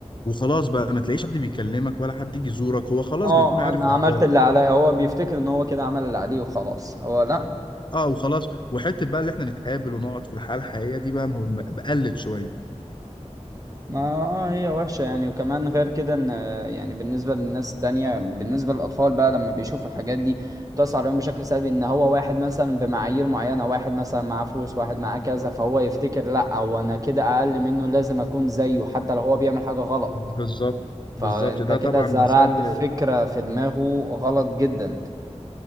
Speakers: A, on the left; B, on the right.
A: وخلاص بقى ما تلاقيش حد بيكلمك ولا حد يجي يزورك هو خلاص
B: اه
A: بيكون عارف
B: انا
A: اخبارك
B: عملت اللي عليا هو بيفتكر ان هو كده عمل اللي عليه وخلاص هو لا
A: اه وخلاص وحته بقى اللي احنا نتقابل ونقعد في الحياه الحقيقيه دي بقى مهم- بقلت شويه
B: ما آه هي وحشة يعني وكمان غير كده ان آه، يعني بالنسبة للناس التانية بالنسبة للأطفال بقى لما بيشوف الحاجات دي بتأثر عليهم بشكل سلبي ان هو واحد مثلا بمعايير معينة واحد مثلا معاه فلوس واحد معاه كذا فهو يفتكر لا هو انا كده أقل منه لازم أكون زيه حتى لو هو بيعمل حاجة غلط
A: بالظبط بالظبط
B: فأنت
A: ده
B: كده
A: طبعا
B: زرعت
A: مثال
B: فكرة في دماغه غلط جدا